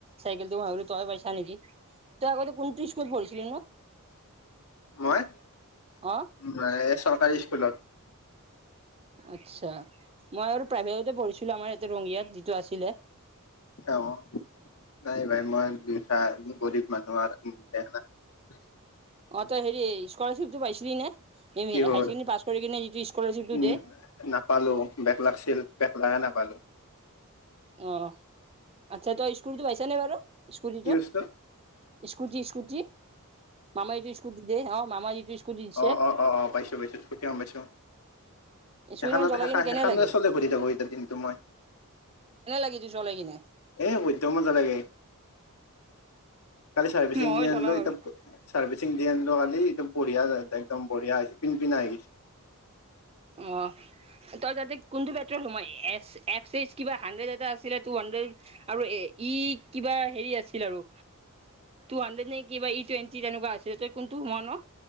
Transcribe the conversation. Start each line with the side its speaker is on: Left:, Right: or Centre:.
Right: চাইকেলটো মই ভাবিলোঁ তই পাইছা নেকি। তই আগতে কোনটো স্কুল পঢ়িছিলি নো?
Left: মই,
Right: অ
Left: মই চৰকাৰী স্কুলত।
Right: আচ্ছা, মই আৰু প্ৰাইভেটতে পঢ়িছিলো। আমাৰ ইয়াতে ৰঙিয়াত যিটো আছিলে।
Left: অ' নাই ভাই। <unintelligible> গৰিব মানুহৰ উ দে নাই
Right: অ' তই হেৰি স্কলাৰশ্বিপ টো পাইছিলি নে। এই হাই
Left: কি হ'ল
Right: চেকেণ্ডেৰী পাছ কৰি কিনে যিটো স্কলাৰশিপটো
Left: উম
Right: দে।
Left: নাপালো বেগ লাগছিল বেগ লাগে নাপালো।
Right: অ' আচ্ছা তই স্কুলতো পাইছা নে বাৰু। স্কুটিটো
Left: কি বস্তু
Right: স্কুটি স্কুটি মামায়ে যে স্কুটি দে অ'। মামা যিটো স্কুটি দিছে
Left: অ' অ' অ' অ' পাইছো পাইছো সেইটো গ'ম পাইছো।
Right: স্কুটিখন
Left: সেখান
Right: চলাই কিনে কেনে
Left: সেখান
Right: লাগে
Left: চলে ঘূৰি থাকো এতিয়া দিনটো মই।
Right: <unintelligible> চলে কিনে
Left: এ বধ্য মজা লাগে। কালি চাৰৰ্ভিচং
Right: মই
Left: ডি আনিলো
Right: চলাও বাৰু
Left: ইতা চাৰভিচং ডি আল কালি বঢ়িয়া যায় দে একদম বঢ়িয়া হৈছে পিনপিনা হৈ গৈছে।
Right: অ' তই তাতে কোনটো পেট্ৰল সোমালি অকশ এই কিবা হানড্ৰেড এটা আছিলে আৰু ই কিবা হেৰি আছিল আৰু টু হান্দেত নে কিবা ই টুয়েনটি তেনেকুৱা আছিল তই কোনটো সোমোৱা ন।